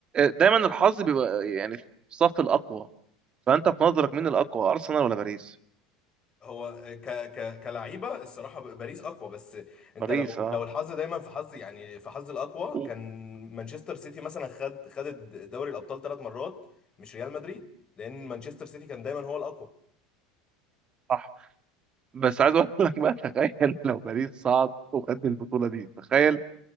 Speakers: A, on the right; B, on the left.
A: دايما الحظ بيبقى يعني في صف الأقوى فأنت في نظرك مين الأقوى أرسنال ولا باريس؟
B: هو ك ك كلعيبه الصراحه باريس اقوى بس انت
A: باريس
B: لو
A: أه
B: لو الحظ دايما في حظ يعني في حظ الاقوى
A: و-
B: كان مانشستر سيتي مثلا خد خد دوري الابطال ثلاث مرات مش ريال مدريد لان مانشستر سيتي كان دايما هو الاقوى
A: صح بس عايز أقول لك بقى تخيل <laughs> لو باريس صعد وخد البطولة دي تخيل